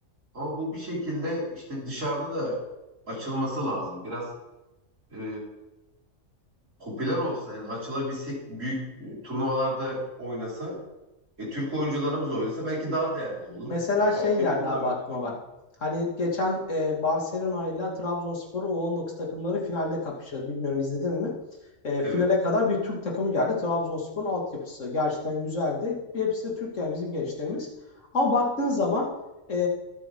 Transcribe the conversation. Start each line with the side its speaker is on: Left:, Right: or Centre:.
Right: Ama bu bir şekilde işte dışarıda da açılması lazım. Biraz e, popüler olsa yani açılabilsek büyük e, turnuvalarda oynasa e, Türk oyuncularımız oynasa belki daha değerli olur.
Left: Mesela
Right: E, altyapının
Left: şey geldi abi
Right: da öyle
Left: aklıma
Right: açılır.
Left: bak. Hani geçen e, Barcelona ile Trabzonspor'un U19 takımları finalde kapıştı. Bilmiyorum izledin mi? E,
Right: Evet.
Left: finale kadar bir Türk takımı geldi. Trabzonspor'un altyapısı gerçekten güzeldi. Hepsi de Türk yani bizim gençlerimiz. Ama baktığın zaman e,